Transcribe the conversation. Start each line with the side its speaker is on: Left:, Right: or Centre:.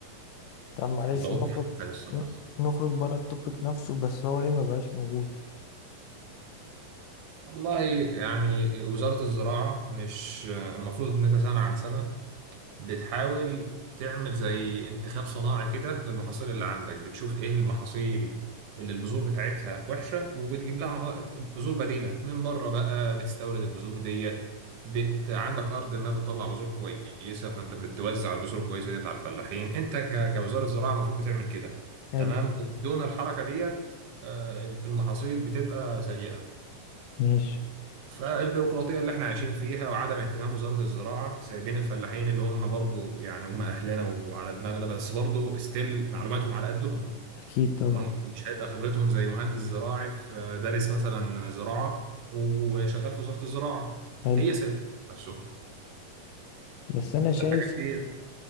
Left: طب معلش
Right: ده قطن
Left: نخرج
Right: عفن الصراحة
Left: ن- نخرج بره التوبيك نفسه بس هو ليه ما بقاش موجود
Right: والله يعني وزارة الزراعة مش المفروض إن أنت سنة عن سنة بتحاول تعمل زي انتخاب صناعي كده للمحاصيل اللي عندك بتشوف إيه المحاصيل اللي البذور بتاعتها وحشة وبتجيب لها مها- بذور بديلة من بره بقى بتستورد البذور ديت بت... عندك أرض ما بتطلع بذور كويسة فأنت بتوزع البذور الكويسة ديت على الفلاحين أنت ك... كوزارة زراعة المفروض بتعمل كده
Left: حلو
Right: تمام وبدون الحركة ديت آه، المحاصيل بتبقى سيئة
Left: ماشي
Right: فالبيروقراطية اللي احنا عايشين فيها وعدم اهتمام وزارة الزراعة سايبين الفلاحين اللي هم برضو يعني هم أهلنا وعلى دماغنا بس برضو استيل معلوماتهم على قدهم
Left: اكيد طبعا
Right: وما- ومش هيبقى خبرتهم زي مهندس زراعي في دارس مثلا زراعة وشغال في وزارة الزراعة
Left: حلو
Right: هي سايبة نفسه
Left: بس انا شايف
Right: فالحاجات دي